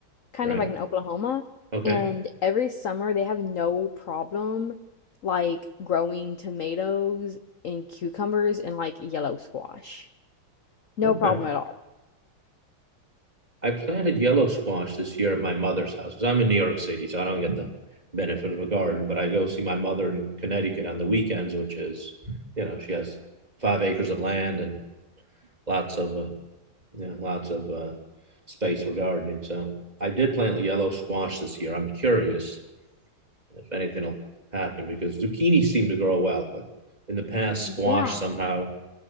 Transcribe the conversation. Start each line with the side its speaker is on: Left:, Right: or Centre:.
Left: kind
Right: right?
Left: of like in Oklahoma.
Right: Okay.
Left: And every summer they have no problem like growing tomatoes and cucumbers and like yellow squash. No
Right: Okay.
Left: problem at all.
Right: I planted yellow squash this year at my mother's house because I'm in New York City, so I don't get the benefit of a garden, but I go see my mother in Connecticut on the weekends, which is, you know, she has five acres of land and lots of uh, yeah, lots of uh, space for gardening. So I did plant yellow squash this year. I'm curious if anything will happen because zucchini seem to grow well, but in the past, squash
Left: Yeah,
Right: somehow